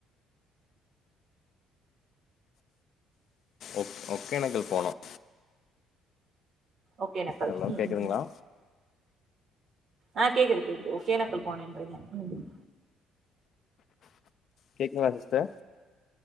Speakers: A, on the left (about 55°); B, on the right (about 55°).
A: ஓக் ஒகேனக்கல் போனோம்
B: ஒகேனக்கல்
A: ஹலோ
B: ம்
A: கேக்குதுங்களா
B: ம் ஆ கேக்குது கேக்குது ஓகேனக்கல் போனேன்றீங்க ம்
A: கேக்குதுங்களா சிஸ்டர்